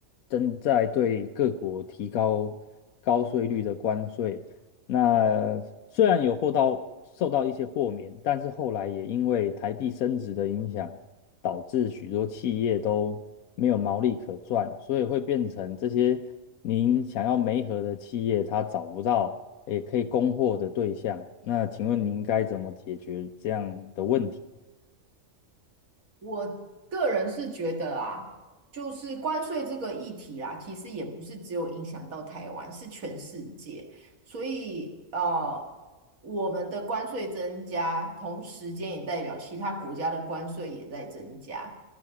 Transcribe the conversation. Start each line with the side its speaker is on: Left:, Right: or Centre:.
Left: 正在对各国提高高税率的关税，那虽然有获到受到一些豁免，但是后来也因为台币升值的影响，导致许多企业都没有毛利可赚，所以会变成这些您想要媒合的企业，它找不到也可以供货的对象。那请问您该怎么解决这样的问题？
Right: 我个人是觉得啊，就是关税这个议题啦，其实也不是只有影响到台湾，是全世界。所以呃，我们的关税增加，同时间也代表其他国家的关税也在增加。